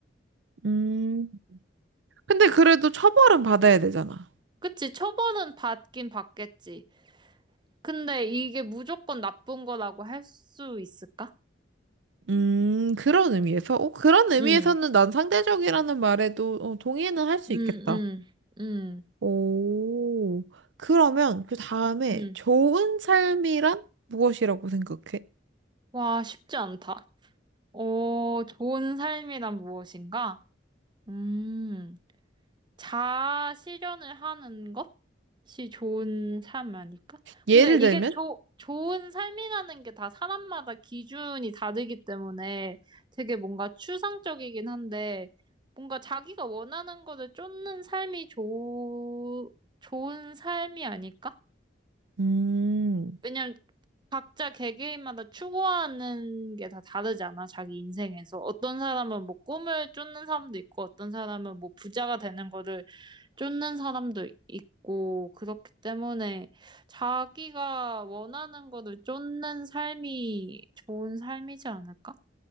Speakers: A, on the right (about 80°); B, on the right (about 25°).
A: 음, 근데 그래도 처벌은 받아야 되잖아.
B: 그치? 처벌은 받긴 받겠지. 근데 이게 무조건 나쁜 거라고 할 수 있을까?
A: 음, 그런 의미에서? 어, 그런 의미에서는
B: 응,
A: 난 상대적이라는 말에도 어, 동의는 할 수
B: 응,
A: 있겠다.
B: 응, 응,
A: 오, 그러면 그 다음에
B: 응.
A: 좋은 삶이란 무엇이라고 생각해?
B: 와, 쉽지 않다. 오, 좋은 삶이란 무엇인가? 음. 자아실현을 하는 것이 좋은 삶 아닐까?
A: 예를
B: 근데 이게
A: 들면,
B: 조, 좋은 삶이라는 게 다 사람마다 기준이 다르기 때문에 되게 뭔가 추상적이긴 한데 뭔가 자기가 원하는 거를 쫓는 삶이 조, 좋은 삶이 아닐까?
A: 음,
B: 왜냐면 각자 개개인마다 추구하는 게 다 다르잖아, 자기 인생에서. 어떤 사람은 뭐 꿈을 쫓는 사람도 있고, 어떤 사람은 뭐 부자가 되는 거를 쫓는 사람도 있고, 그렇기 때문에 자기가 원하는 거를 쫓는 삶이 좋은 삶이지 않을까?